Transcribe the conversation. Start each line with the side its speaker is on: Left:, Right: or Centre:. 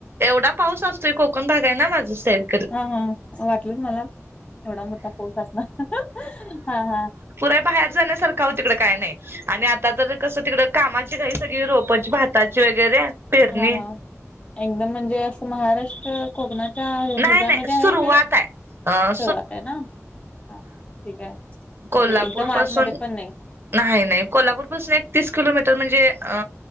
Right: एवढा पाऊस असतोय, कोकण भाग आहे ना माझं साईड.
Left: हां हां, वाटलंच मला, एवढा मोठा पाऊस असणार. हां हां.
Right: तर बाहेर जाण्यासारखं काहो तिकडं काय नाही आणि आता तर कसं तिकडं कामाची घाई सगळी, रोपाची भाताची वगैरे. पेरणी
Left: हां हां, एकदम म्हणजे असं महाराष्ट्र कोकणाच्या
Right: नाही
Left: ह्याच्यामध्ये
Right: नाही सुरुवात
Left: आहे काय
Right: आहे अ
Left: सुरुवात आहे ना. हा ठीक आहे म्हणजे
Right: कोल्हापूर
Left: एकदम
Right: पासून
Left: आतमध्ये पण नाही.
Right: नाही नाही कोल्हापूरपासून एक तीस किलोमीटर म्हणजे अ.